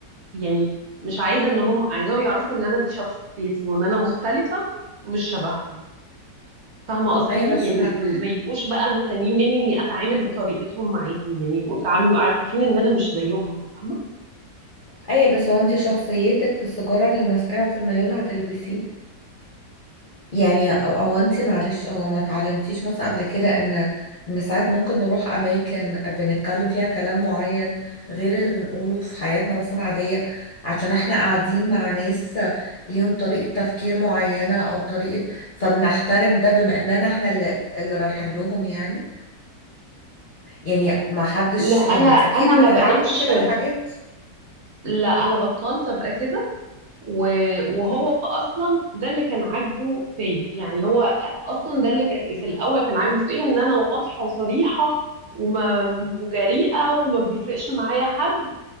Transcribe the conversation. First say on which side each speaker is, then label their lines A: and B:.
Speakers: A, on the right (about 55°); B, on the left (about 40°).
A: يعني مش عايزة ان هم عايزاهم يعرفوا ان انا دي شخصيتي وان انا مختلفة ومش شبههم فاهمة قصدي
B: ايوه بس
A: يعني
B: مع
A: م- ما يبقوش بقى مستنيين مني اني اتعامل بطريقتهم معاهم يعني يبقوا بيتعاملوا عارفين ان انا مش زيهم فاهمة
B: ايوه بس هو انت شخصيتك في السيجارة اللي ماسكاها في الميول هتلبسيه يعني او أو انت معلش او ما اتعلمتيش مثلا قبل كده ان ان ساعات ممكن نروح اماكن بنتكلم فيها كلام معين غير اللي بنقوله في حياتنا مثلا عادية عشان احنا قاعدين مع ناس ليهم طريقة تفكير معينة او طريقة فبنحترم ده بما اننا احنا اللي, اللي رايحين لهم يعني يعني ما حدش
A: لا انا
B: يعني
A: انا
B: اكيد بتتعاملي
A: ما بقتش
B: كده في حاجات
A: لا انا بطلت ابقى كده و- وهو اصلا ده اللي كان عاجبه فيا يعني هو اصلا ده اللي كان- في الاول كان عاجبه فيا ان انا واضحه وصريحه وما وجريئه وما بيفرقش معايا حد